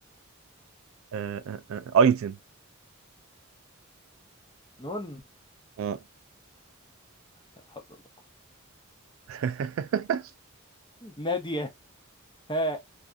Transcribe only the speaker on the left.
نون
لا حول ولا قوة
نادية هاء